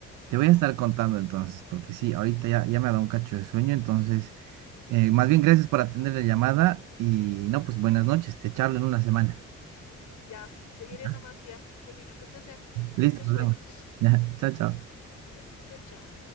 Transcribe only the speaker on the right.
Te voy a estar contando entonces, porque sí, ahorita ya, ya me ha dado un cacho de sueño, entonces, eh, más bien gracias por atender la llamada y no, pues buenas noches, te charlo en una semana.
¿ya?
Listo,
nos
vemos. <laughs> Ya, chao, chao.